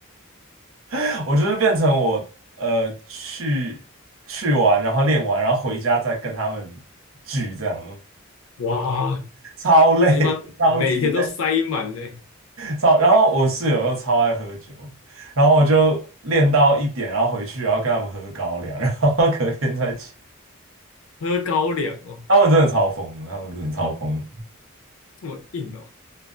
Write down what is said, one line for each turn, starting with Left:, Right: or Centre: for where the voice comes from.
Right: <laughs> 我就是变成我呃去去玩，然后练完，然后回家再跟他们聚，这样
Left: 哇，
Right: 超累，
Left: 我一般每天都塞满嘞，
Right: <laughs> 超级累。超，然后我室友又超爱喝酒，然后我就练到一点，然后回去，然后跟他们喝高粱，然后隔天再起。
Left: 喝高粱哦，
Right: 他们真的超疯的他们真的超疯，
Left: 这么硬哦，